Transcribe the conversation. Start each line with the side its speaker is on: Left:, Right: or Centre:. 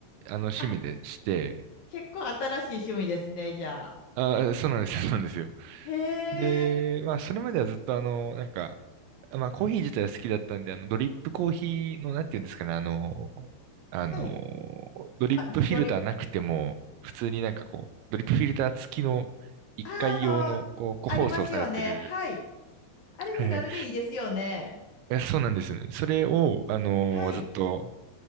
Right: あの、趣味でして、
Left: あ、結構新しい趣味ですね、じゃあ。
Right: あー、そうなんですよ、<laughs> そうなんですよ。
Left: へ
Right: で、
Left: え。
Right: まあ、それまではずっと、あの、なんか、まあ、コーヒー自体は好きだったんで、あの、ドリップコーヒーの、なんていうんですかね、あの、あの、
Left: はい。
Right: ドリップフィルターなくても、
Left: あ、ドリップ、
Right: 普通になんかこう、ドリップフィルター付きの1回用の、
Left: あ、あの、
Right: こう、個包装されてる、
Left: ありますよね。はい。あれ手軽でいいですよね。
Right: <laughs> えそうなんですよね。それを、あの、
Left: はい。
Right: ずっと、